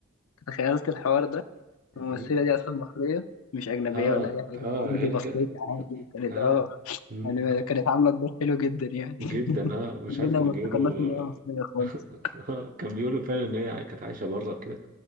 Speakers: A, on the left; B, on the right.
A: تخيلت الحوار ده الممثلة
B: الايه
A: دي اصلا مصرية مش اجنبية
B: اه
A: ولا اي حاجة
B: اه
A: عادي
B: هلجا
A: دي مصرية عادي كانت
B: اه
A: اه
B: م.
A: يعني كانت عاملة الدور حلو جدا يعني <laughs>
B: جدا اه مش
A: كلنا
B: عارف كانوا
A: ما
B: بيقولوا
A: افتكرناش ان هي مصرية خالص
B: <laughs> آه، كان بيقولوا فعلا ان هي كانت عايشه بره وكده